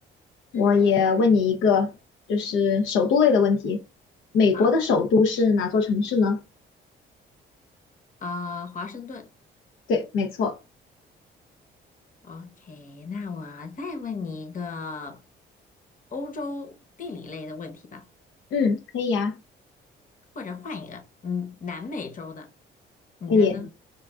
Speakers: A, on the left; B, on the left.
A: 我也问你一个，就是首都类的问题。美国的首都是哪座城市呢？
B: 好，呃，华盛顿。
A: 对，没错。
B: OK，那我再问你一个欧洲地理类的问题吧，
A: 嗯，可以呀，
B: 或者换一个，嗯，南美洲的，你觉得呢？
A: 可以，